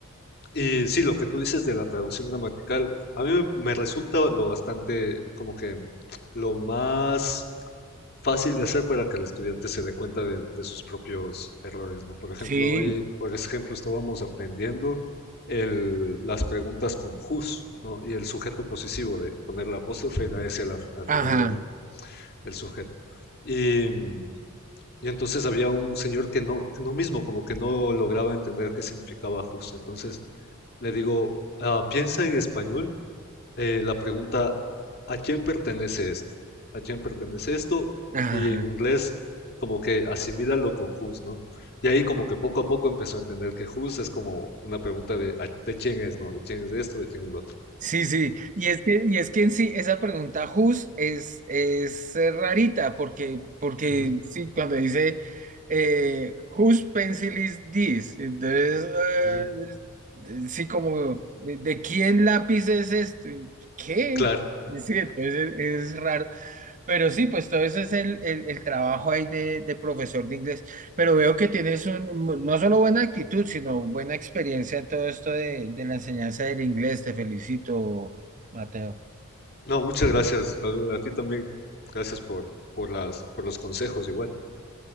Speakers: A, on the left (about 45°); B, on the right (about 35°).
A: Y sí, lo que tú dices de la traducción gramatical, a mí me me resulta lo bastante, como que lo más fácil de hacer para que el estudiante se dé cuenta de, de sus propios errores, ¿no? Por ejemplo,
B: Sí,
A: hoy, por ejemplo, estábamos aprendiendo el- las preguntas con whose, ¿no? Y el sujeto posesivo de poner la apóstrofe y la S al, al
B: ajá,
A: final del, del sujeto. Y, mm, y entonces había un señor que no, que no mismo, como que no lograba entender qué significaba whose. Entonces le digo, "Ah, piensa en español eh, la pregunta, ¿a quién pertenece esto? ¿A quién pertenece esto?
B: ajá.
A: Y en inglés como que asimílalo con whose, ¿no? Y ahí como que poco a poco empezó a entender que whose es como una pregunta de, a- de quién es, ¿no? De quién es esto, de quién es lo otro.
B: Sí, sí, y es que, y es que en sí, esa pregunta Who's es, es eh, rarita, porque, porque
A: Ujú,
B: sí, cuando dice eh, Whose pencil is this? Entonces, eh,
A: ujú.
B: es- sí, como, ¿de, de quién lápiz es esto? ¿Y ¿Qué?
A: Claro.
B: Sí, entonces es, es raro. Pero sí, pues todo ese es el, el- el trabajo ahí de, de profesor de inglés. Pero veo que tienes un, no solo buena actitud, sino buena experiencia en todo esto de, de la enseñanza del inglés. Te felicito, Mateo.
A: No, muchas gracias. Albert, A, ti también. Gracias por, por las, por los consejos igual.